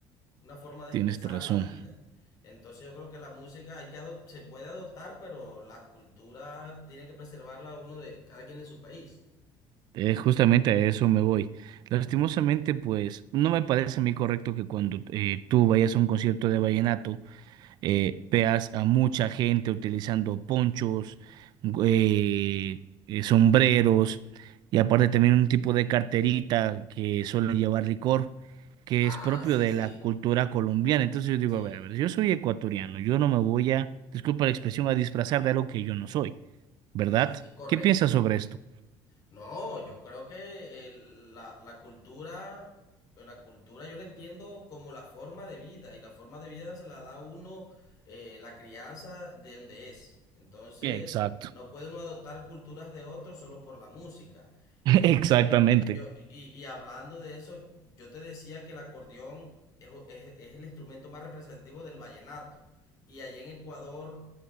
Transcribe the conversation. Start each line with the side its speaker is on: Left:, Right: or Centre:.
Left: una forma de
Right: tienes
Left: expresar
Right: razón.
Left: la vida. Entonces yo creo que la música hay que adop- se puede adoptar, pero las culturas tienen que preservarla uno de cada quien de su país.
Right: Eh, justamente a eso me voy. Lastimosamente, pues, no me parece a mí correcto que cuando eh, tú vayas a un concierto de vallenato, eh, veas a mucha gente utilizando ponchos, eh, eh, sombreros y aparte también un tipo de carterita que suele llevar licor, que
Left: Ah,
Right: es propio
Left: sí,
Right: de
Left: sí,
Right: la cultura colombiana. Entonces yo digo,
Left: sí,
Right: a ver, a ver, yo soy ecuatoriano, yo no me voy a, disculpa la expresión, a disfrazar de algo que yo no soy, ¿verdad?
Left: es, es correcto.
Right: ¿Qué piensas sobre esto?
Left: No, yo creo que el- la, la cultura, la cultura yo la entiendo como la forma de vida y la forma de vida se la da uno eh, la crianza de donde es. Entonces,
Right: Exacto.
Left: no puede uno adoptar culturas de otros solo por la música.
Right: <laughs>
Left: Este,
Right: Exactamente.
Left: yo, y, y hablando de eso, yo te decía que el acordeón es, es es el instrumento más representativo del vallenato. Y allá en Ecuador